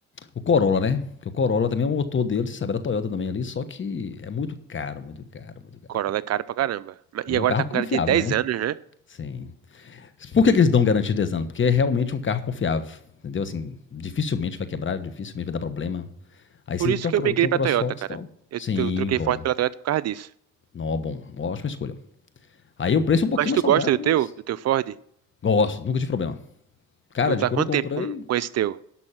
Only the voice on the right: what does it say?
Corolla é caro pra caramba. Ma-
E
agora
tá
com garantia de 10
anos, né?
Por
isso
que eu
migrei
pra
Toyota, cara.
Eu,
eu troquei
Ford pela Toyota por causa disso.
Mas
tu
gosta do
teu, do teu Ford?
Tu tá
há quanto
tempo com, com esse teu?